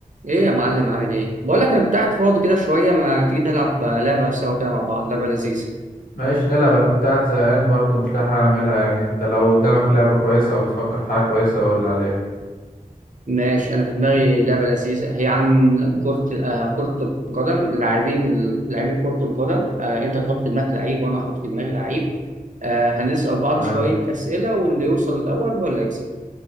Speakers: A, on the right (about 60°); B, on the left (about 75°).
A: ايه يا معلم عامل ايه بقول لك انا كنت قاعد فاضي كده شويه ما تيجي نلعب لعبه سوا كده مع بعض لعبه لذيذه
B: ماشي نلعب انا كنت قاعد زهقان برضو مش لاقي حاجة اعملها يعني انت لو قدامك لعبة كويسة او بتفكر في حاجة كويسة قول لي عليها
A: ماشي انا في دماغي لعبه لذيذه هي عن كره آه كره القدم لاعبين لاعبين كره القدم آه انت تحط في دماغك لعيب وانا احط في دماغي لعيب آه هنسال بعض
B: تمام
A: شويه اسئله واللي يوصل الاول هو اللي يكسب